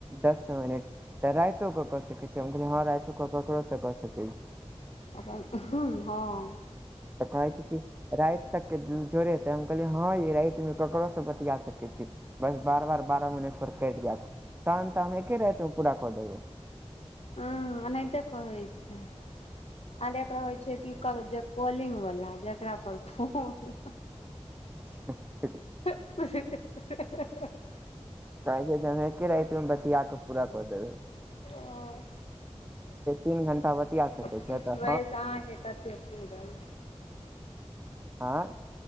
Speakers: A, on the right; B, on the left.
A: दस मिनट तऽ रातो कऽ सकै छी हम कहलियै हँ रातओ कऽ ककरोसँ कऽ सकै छी
B: अपन हँ
A: तऽ कहि छी की राति तक के जोड़ेतै हम कहलै हँ ई राति मे ककरो से बतिया सकै छी बस बार बार बारह मिनट पर कटि जायत तहन तऽ हम एके रातिमे पूरा कऽ देबै
B: हँ एनाहिते कहैत छै आर रहैत छै की कर कॉलिंग वला जेकरापर फोन
A: <inaudible>
B: <unintelligible>
A: कायके जनके राति मे बतियाक पूराक देै <unintelligible>
B: ओ
A: तीन घंटा बतिया सकै
B: पुछबैसे
A: छै तऽ
B: अहाँके कते पूरल
A: आँ